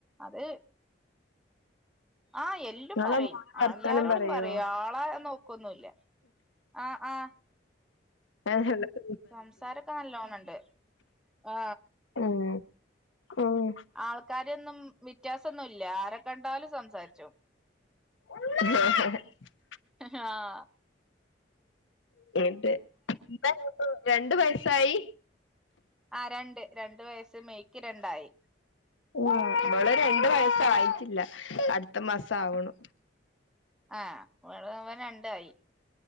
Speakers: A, in the centre; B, on the left.
A: അത് ആ എല്ലും
B: നിങ്ങളെ
A: പറയും
B: മോൻ വർത്താനം
A: എല്ലാരോടും
B: പറയോ
A: പറയും ആളെ നോക്കൊന്നുല്ല. ആ ആ
B: <unintelligible>
A: സംസാരൊക്കെ നല്ലോണണ്ട് ആ
B: ഉം ഉം
A: ആൾക്കാരൊന്നും വ്യത്യാസൊന്നുല്ല ആരെ കണ്ടാലും സംസാരിചോം.
B: <unintelligible>
A: ആ
B: <unintelligible> രണ്ടു വയസായി?
A: ആ രണ്ട് രണ്ട് വയസ്സ് മെയ്ക്ക് രണ്ടായി.
B: ഉം ഇവള് രണ്ടു വയസായിട്ടില്ല അടുത്ത മാസാവണു.
A: ആ ഇവിടെ ഇവന് രണ്ടായി.